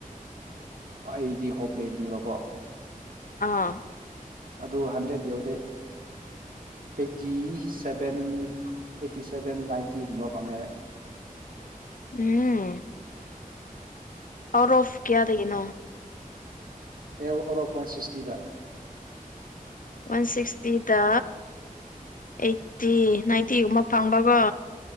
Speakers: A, on the right; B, on the left.
A: ꯑꯩꯗꯤ ꯍꯣꯞ ꯂꯩꯕꯅꯦꯕꯀꯣ
B: ꯑꯥ
A: ꯑꯗꯨ ꯍꯟꯗ꯭ꯔꯦꯗ ꯌꯧꯗꯦ ꯑꯩꯠꯇꯤ ꯁꯚꯦꯟ ꯑꯩꯠꯇꯤ ꯁꯕꯦꯟ ꯅꯥꯏꯟꯇꯤꯒꯨꯝꯕ ꯐꯪꯉꯛꯑꯦ
B: ꯎꯝ ꯑꯥꯎꯠ ꯑꯣꯐ ꯀꯌꯥꯗ ꯌꯦꯅꯣ
A: ꯑꯦ ꯑꯣꯔꯣ ꯄꯣꯏꯟ ꯁꯤꯛꯁꯇꯤꯗ
B: ꯋꯥꯟ ꯁꯤꯛꯁꯇꯤꯗ ꯑꯩꯠꯇꯤ ꯅꯥꯏꯟꯇꯤꯒꯨꯝꯕ ꯐꯪꯕꯀꯣ